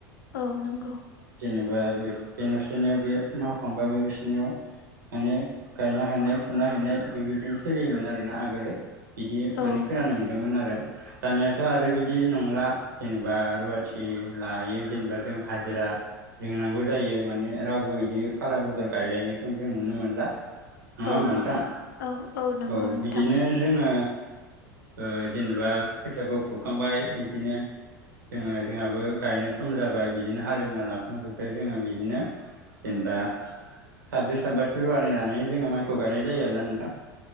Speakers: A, on the left (about 65°); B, on the right (about 70°).
A: औ नंगौ।
B: जेनेबा बे बे न'सेनियाव बे मावखांबा बे न'सेनियाव माने गायनो हानाय, फुनो हानाय बेबायदिनो सोलियोमोन आरोना आगोलो बिदि
A: औ
B: माने खोनानो मोन्दोंमोन आरो दानियाथ' आरो बि बिदि नंला जेनेबा रुवाथि लायो जेनेबा जों हाजिरा लोंनांगौ जायो माने रावबो बिदि फाला बदल गायलायनायखौ जों नुनो मोनला। नङा
A: औ
B: होमबा नोंथां?
A: औ नंगौ
B: औ
A: नोंथां
B: बिदिनो जोङो ओ जेनेबा खोथियाखौ फुखांबाय बिदिनो जोङो जोंहाबो गायनाय सम जाबाय बिदिनो हालेवना लाखांजोबबाय जोङो बिदिनो जेनेबा साब्रै साबासो रुवा नानै जोङो माइखौ गायनाय जायो आरोना नोंथां